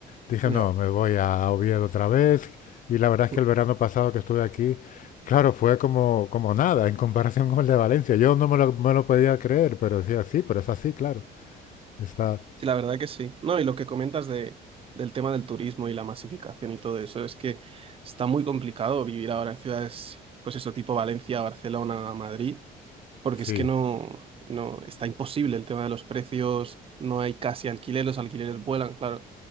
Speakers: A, on the left (about 50°); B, on the right (about 35°).
A: dije,
B: ya.
A: no, me voy a Oviedo otra vez. Y la verdad es que
B: Mm.
A: el verano pasado que estuve aquí, claro, fue como, como nada en comparación con el de Valencia. Yo no me lo, me lo podía creer, pero decía, sí, pero es así, claro. Está,
B: Sí, la verdad que sí. No, y lo que comentas de, del tema del turismo y la masificación y todo eso, es que está muy complicado vivir ahora en ciudades, pues eso, tipo Valencia, Barcelona, Madrid. porque es
A: sí.
B: que no, no, está imposible el tema de los precios, no hay casi alquiler, los alquileres vuelan, claro,